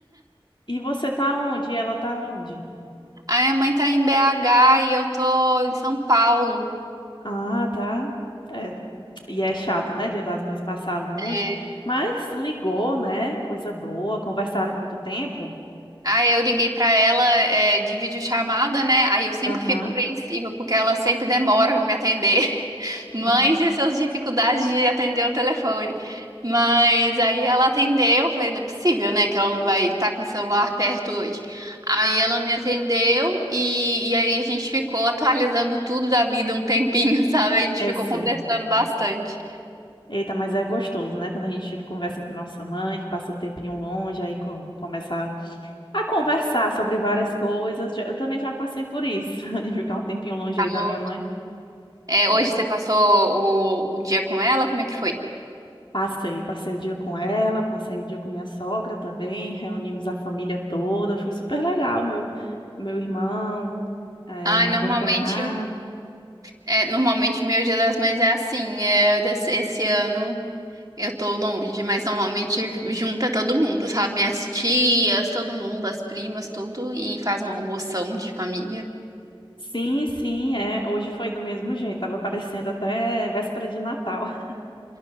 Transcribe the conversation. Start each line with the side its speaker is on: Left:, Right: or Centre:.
Left: E você tá onde? E Ela tá onde?
Right: A minha mãe tá em BH e eu tô em São Paulo.
Left: Ah, tá. É, E é chato, né? Dia das Mães passar longe.
Right: É.
Left: Mas ligou, né? Coisa boa. Conversaram muito tempo.
Right: Aí eu liguei pra ela, é, de videochamada, né? Aí eu sempre
Left: Aham,
Right: fico apreensiva, porque ela sempre demora pra me atender. mães
Left: <laughs>
Right: e suas dificuldades de atender o telefone. Mas aí ela atendeu, eu falei, não é possível, né, que ela não vai estar com o celular perto hoje. Aí ela me atendeu e, e aí a gente ficou atualizando tudo da vida um tempinho, <laughs> sabe? A gente
Left: eu
Right: ficou
Left: sei.
Right: conversando bastante.
Left: Eita, mas é gostoso, né? Quando a gente conversa com nossa mãe, que passa um tempinho longe, aí co- começa a conversar sobre várias coisas. Já- Eu também já passei por isso, <laughs> de ficar um tempinho longe
Right: Falou.
Left: aí da minha mãe.
Right: É,
Left: É,
Right: hoje você passou o, o dia com ela? Como é que foi?
Left: passei, passei o dia com ela, passei o dia com minha sogra também, reunimos a família toda, foi super legal. Meu, meu irmão, é,
Right: Ah, normalmente,
Left: meu cunhado.
Right: é, normalmente meu Dia das Mães é assim. é, desse- esse ano Eu tô longe, mas normalmente junta todo mundo, sabe? Minhas tias, todo mundo, as primas, tudo, e faz uma almoção de família.
Left: Sim, sim, é. Hoje foi do mesmo jeito, tava parecendo até véspera de Natal, <laughs>